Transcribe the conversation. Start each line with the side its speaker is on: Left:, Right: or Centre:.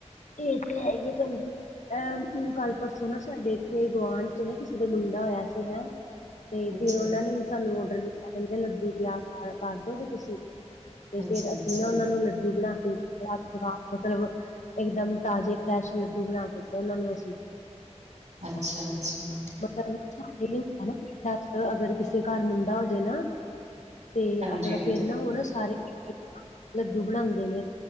Left: ਏਹ ਤੇ ਹੈ ਈ ਏ ਭੈਨ ਜੀ। ਏਹ ਕੱਲ- ਪਰਸੋਂ ਨਾ ਸਾਡੇ ਇੱਥੇ ਗੁਆਂਢ 'ਚ ਨਾ ਕਿਸੇ ਦਾ ਮੁੰਡਾ ਹੋਇਆ ਸੀ ਹੈਂ। ਤੇ
Right: ਅੱਛਾ-ਅੱਛਾ,
Left: ਫੇਰ ਓਹਨਾਂ ਨੇ ਵੀ ਸਾਨੂੰ ਔਡਰ ਦਿੱਤਾ, ਕਹਿੰਦੇ ਲੱਡੂ ਤਿਆਰ ਕਰ -ਕਰ ਦੋਗੇ ਤੁਸੀਂ? ਤੇ
Right: ਅੱਛਾ-ਅੱਛਾ।
Left: ਫੇਰ ਅਸੀਂ ਨਾ ਓਹਨਾ ਨੂੰ ਲੱਡੂ ਬਣਾ ਕੇ <unintelligible> ਮਤਲਬ <unintelligible> ਇਕ ਦਮ ਤਾਜ਼ੇ ਫਰੈਸ਼ ਲੱਡੂ ਬਣਾ ਕੇ ਦਿੱਤੇ ਉਹਨਾਂ ਨੂੰ ਅਸੀਂ।
Right: ਅੱਛਾ ਅੱਛਾ।
Left: <unintelligible> ਅਗਰ ਕਿਸੇ ਘਰ ਮੁੰਡਾ ਹੋ ਜੇ ਨਾ ਤੇ
Right: ਹਾਂਜੀ-ਹਾਂਜੀ
Left: ਆਪਣਾ ਫੇਰ ਨਾ ਓਹ ਨਾ ਸਾਰੇ ਮਿਲ ਕਰਨਾ ਲੱਡੂ ਬਣਾਂਦੇ ਨੇ।